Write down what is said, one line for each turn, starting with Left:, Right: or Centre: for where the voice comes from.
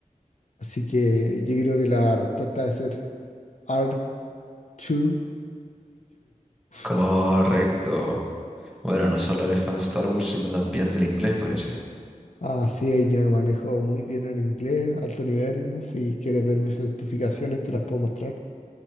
Left: Así que yo creo que la respuesta debe ser R2D2. <laughs>
Centre: Correcto. Bueno, no solo eres fan de Star Wars, sino también del inglés, parece.
Left: Así es, yo me manejo muy bien en inglés, alto nivel. Si quieres ver mis certificaciones, te las puedo mostrar.